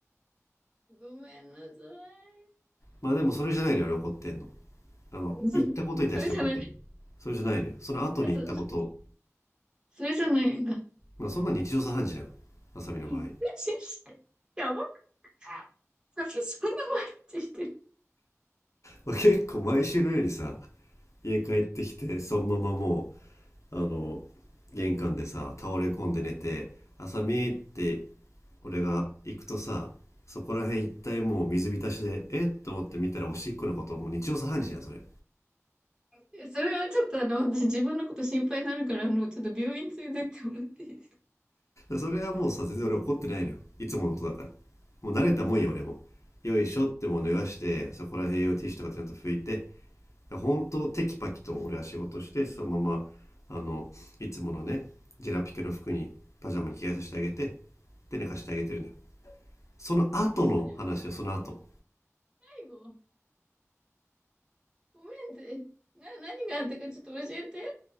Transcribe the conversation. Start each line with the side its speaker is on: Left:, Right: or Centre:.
Right: ごめんなさい。
Left: まあでもそれじゃないのよ、俺怒ってんの。あの、
Right: <laughs> そそれじゃない。
Left: 言ったことに対して怒ってんの。それじゃないのよ。その後に言ったこと。
Right: あ、そ、それじゃないんだ。
Left: まあそんな日常茶飯事じゃん。あさみの場合。
Right: <laughs> やばくないそそんな毎日してる。
Left: まあ、結構毎週のようにさ、家帰ってきて、そのままもう、あの、玄関でさ、倒れ込んで寝て、あさみって俺が行くとさそこら辺一帯もう水浸しでえっと思って見たらおしっこのこともう日常茶飯事じゃんそれ
Right: いや、それはちょっとあの、私自分のこと心配になるから、あの、ちょっと病院連れてってもらっていいですか
Left: それはもうさ全然俺怒ってないのよいつものことだからもう慣れたもんよ俺もよいしょってもう脱がしてそこら辺用ティッシュとかでちゃんと拭いて
Right: 最
Left: 本当テキパキと俺は仕事してそのままあのいつものねジェラピケの服にパジャマに着替えさせてあげてで寝かしてあげてるのよその後の話はその後
Right: 後じゃん。最後ごめんって。な、何があったかちょっと教えて。<laughs>